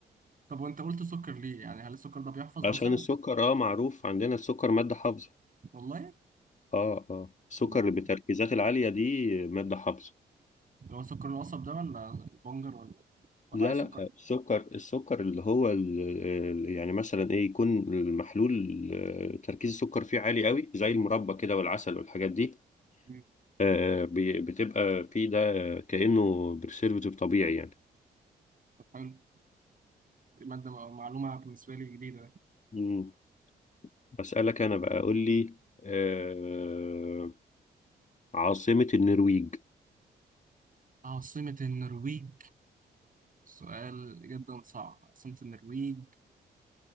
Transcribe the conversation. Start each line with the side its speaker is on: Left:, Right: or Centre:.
Right: طب وانت قلت سكر ليه يعني هل السكر ده بيحفظ
Left: عشان
Right: مثلا
Left: السكر اه معروف عندنا السكر مادة حافظة
Right: والله
Left: اه اه السكر
Right: طب ده حلو.
Left: بالتركيزات العالية دي مادة حافظة
Right: اللي هو سكر القصب ده ولا البنجر ولا ولا
Left: لا
Right: اي سكر
Left: لا السكر السكر اللي هو ال- ال- يعني مثلا ايه يكون المحلول آه، تركيز السكر فيه عالي قوي زي المربى كده والعسل والحاجات دي
Right: مم.
Left: آه، بي- بتبقى فيه ده كأنه برسيرفيتيف طبيعي يعني
Right: طب حلو. مادة معلومة بالنسبة لي جديدة
Left: مم. أسألك انا بقى قول لي آه، عاصمة النرويج
Right: عاصمة النرويج سؤال جدا صعب عاصمة النرويج